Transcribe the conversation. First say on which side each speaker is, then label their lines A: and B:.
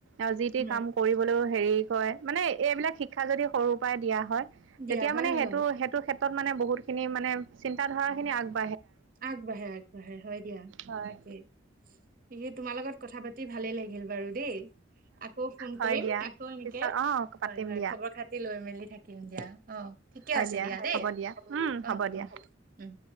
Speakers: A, on the right; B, on the right.
A: আৰু যি টি
B: হয়।
A: কাম কৰিবলৈও হেৰি কয় মানে এইবিলাক শিক্ষা যদি সৰুৰ পৰাই দিয়া হয়।
B: দিয়া
A: এতিয়া
B: হয়,
A: মানে সেইটো
B: হয়,
A: সেইটো ক্ষেত্ৰত মানে বহুতখিনি মানে চিন্তাধাৰাখি আগ
B: আগবাঢ়ে আগবাঢ়ে হয় দিয়া
A: হয়
B: তাকেই সে তোমাৰ লগত কথা পাতি ভালে লাগিল বাৰু দেই আকৌ ফোন
A: হয়
B: কৰিম
A: দিয়া
B: আকৌ এনেকে
A: পিছত অ
B: হয়
A: পাতিম
B: হয়
A: দিয়া
B: খবৰ খাতি লৈ মেলি। থাকিম দিয়া আহ ঠিকে
A: হয়
B: আছে দিয়া দেই
A: হ'ব দিয়া উম
B: আহ
A: হ'ব
B: অ
A: দিয়া
B: উম।